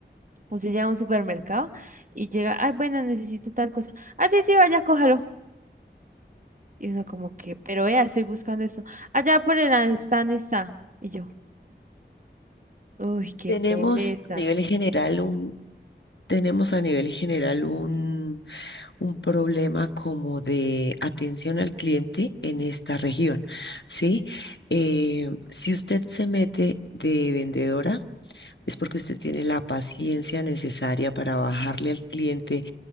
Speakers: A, on the right; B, on the left.
A: Usted llega a un supermercado y llega, ay, bueno, necesito tal cosa. Ah, sí, sí, vaya, cójalo. Y uno como que, pero vea, estoy buscando eso. Allá por el stand está. Y yo, uy, qué
B: Tenemos
A: pereza.
B: a nivel general un, tenemos a nivel general un un problema como de atención al cliente en esta región, ¿sí? Eh, si usted se mete de vendedora, es porque usted tiene la paciencia necesaria para bajarle al cliente